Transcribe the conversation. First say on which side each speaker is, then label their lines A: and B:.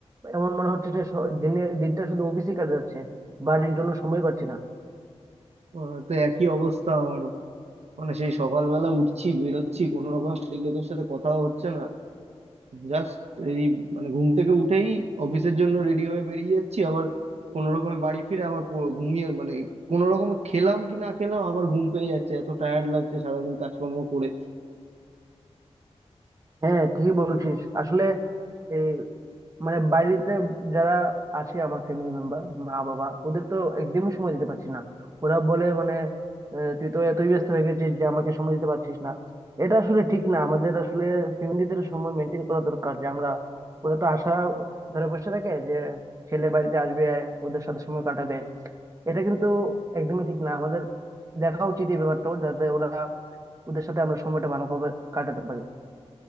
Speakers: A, on the right; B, on the right.
A: এমন মনে হচ্ছে যে স- দিনে দিনটা শুধু অফিসেই কাটে যাচ্ছে বাড়ির জন্য সময় পাচ্ছি না
B: আহ, তো একই অবস্থা আমারও মানে সেই সকালবেলা উঠছি বেরোচ্ছি কোনো রকম বাড়ির লোকের সাথে কথাও হচ্ছে না জাস্ট এই মানে ঘুম থেকে উঠেই অফিসের জন্য রেডি হয়ে বেরিয়ে যাচ্ছি আবার কোনো রকমে বাড়ি ফিরে আবার পো- ঘুমিয়ে মানে কোনো রকমে খেলাম কি না খেলাম আবার ঘুম পেয়ে যাচ্ছে এত টায়ার্ড লাগছে সারাদিন কাজকর্ম করে
A: হ্যাঁ ঠিকই বলছিস আসলে এই মানে বাড়িতে যারা আছে আমার ফ্যামিলি মেম্বার মা বাবা ওদের তো একদমই সময় দিতে পারছি না ওরা বলে মানে আহ, তুই তো এতই ব্যস্ত হয়ে গেছিস যে আমাকে সময় দিতে পারছিস না এটা আসলে ঠিক না আমাদের আসলে ফ্যামিলিদের সময় মেনটেন করা দরকার যে আমরা ওরা তো আশা ধরে বসে থাকে যে ছেলে বাড়িতে আসবে ওদের সাথে সময় কাটাবে এটা কিন্তু একদমই ঠিক না আমাদের দেখা উচিত এই ব্যাপারটা যাতে ওরা ওদের সাথে আমরা সময়টা ভালোভাবে কাটাতে পারি